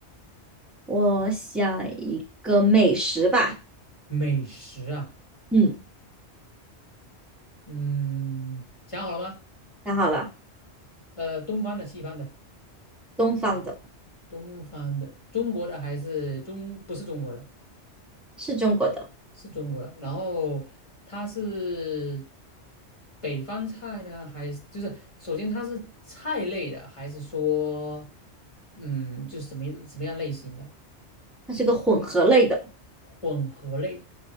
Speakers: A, in the centre; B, on the left.
A: 我想一个美食吧，
B: 美食啊，
A: 嗯，
B: 嗯，想好了吗？
A: 想好了，
B: 呃，东方的、西方的、
A: 东方的。
B: 东方的、中国的还是中，不是中国的，
A: 是中国的，
B: 是中国的。然后它是北方菜呢，还是就是首先它是菜类的，还是说嗯，就是什么什么样类型的
A: 它是个混合类的，
B: 混合类？